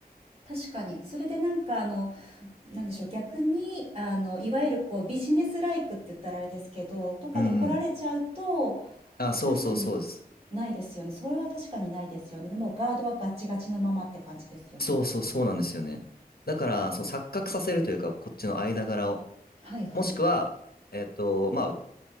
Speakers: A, on the right (about 40°); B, on the left (about 70°).
A: 確かに。それでなんかあの、なんでしょう、逆に、あの、いわゆるこう、ビジネスライクって言ったらあれですけど、とかで来られちゃうと、
B: うんうん。あ、そうそうそうです。
A: 確かにないですよね。それは確かにないですよね。でもうガードはガッチガチのままって感じですよね、
B: そうそうそうなんですよね。
A: きっと。
B: だから、その錯覚させるというか、こっちの間柄を。
A: はいはい。
B: もしくは、えっと、まあ、